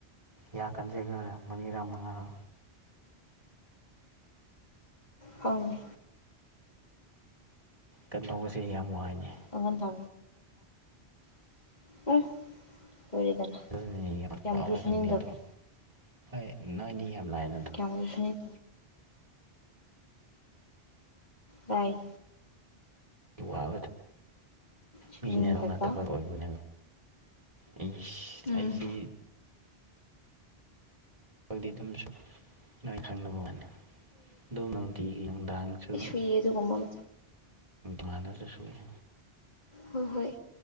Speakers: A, on the right; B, on the left.
A: ꯌꯥ ꯀꯟꯖꯦꯒꯥ ꯃꯔꯤꯔꯥ ꯃꯉꯥꯔꯥ
B: ꯐꯥꯎꯅꯦ
A: ꯀꯟꯗꯧꯕꯁꯦ ꯌꯥꯝ ꯋꯥꯏꯅꯦ
B: ꯀꯥꯡꯒꯟ ꯊꯥ <unintelligible> ꯑ ꯂꯣꯏꯔꯦꯗꯅ
A: ꯑꯗꯨꯅꯅꯦ ꯌꯥꯝ
B: ꯀꯌꯥꯃꯨꯛꯁꯨ
A: ꯋꯥꯕꯗꯧꯅꯦ
B: ꯁꯨꯅꯤꯡꯗꯕ꯭ꯔꯥ
A: ꯑꯗꯣ ꯍꯣꯏ ꯅꯣꯏꯗꯤ ꯌꯥꯝ ꯂꯥꯏꯅ
B: ꯀꯌꯥꯃꯁꯨꯅꯤꯠ ꯥꯂꯥꯏ
A: ꯋꯥꯕ
B: ꯁꯨꯅꯤꯡꯗꯕ
A: ꯃꯤꯅꯔꯣꯅ ꯊꯕꯛ ꯑꯣꯏ ꯅ ꯑꯩꯁ
B: ꯎꯝ
A: ꯑꯩꯁꯤ ꯈꯣꯢꯗꯤ ꯑꯗꯨꯝꯁꯨ ꯅꯣꯢ ꯈꯪꯅꯕ ꯋꯥꯅꯦ ꯑꯗꯨ ꯅꯨꯡꯇꯤꯒꯤ ꯅꯨꯡꯗꯥꯡꯁꯨ
B: ꯀꯤ ꯑꯗꯨꯒꯨꯝꯕꯃ
A: ꯕꯥꯅꯗꯔꯁꯨꯌꯦ
B: ꯍꯣꯏ ꯍꯣꯏ